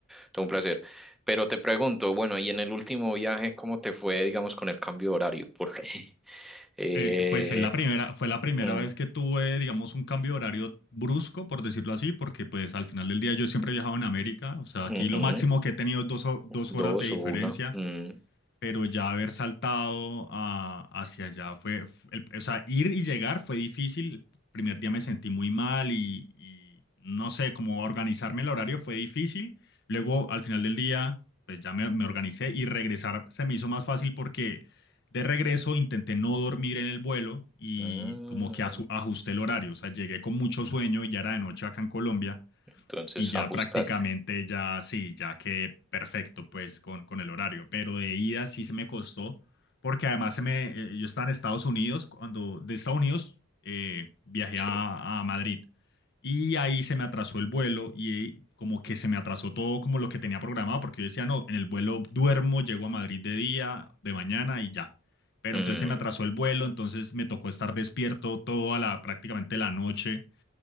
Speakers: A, in the centre; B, on the left.
A: todo un placer. Pero te pregunto, bueno, y en el último viaje, ¿cómo te fue, digamos, con el cambio de horario? Porque <laughs> eh,
B: eh, pues es la primera, fue la primera
A: mm,
B: vez que tuve, digamos, un cambio de horario brusco, por decirlo así, porque pues al final del día yo siempre he viajado en América, o sea,
A: ujú,
B: aquí lo máximo que he tenido es dos, ho- dos
A: dos
B: horas de diferencia
A: o una. mm,
B: pero ya haber saltado a- hacia allá fue, fu- el- o sea, ir y llegar fue difícil. El primer día me sentí muy mal y, y no sé, como organizarme el horario fue difícil. Luego, al final del día, pues ya me, me organicé y regresar se me hizo más fácil porque de regreso intenté no dormir en el vuelo y
A: mm,
B: como que asu- ajusté el horario. O sea, llegué con mucho sueño y ya era de noche acá en Colombia.
A: entonces
B: Y ya
A: ajustaste.
B: prácticamente ya sí, ya quedé perfecto pues con, con el horario, pero de ida sí se me costó, porque además se me, eh, yo estaba en Estados Unidos, cuando de Estados Unidos eh, viajé
A: Sí.
B: a, a Madrid y ahí se me atrasó el vuelo y ahí como que se me atrasó todo como lo que tenía programado, porque yo decía, no, en el vuelo duermo, llego a Madrid de día, de mañana y ya. Pero
A: Mm,
B: entonces se me atrasó el vuelo, entonces me tocó estar despierto toda la, prácticamente la noche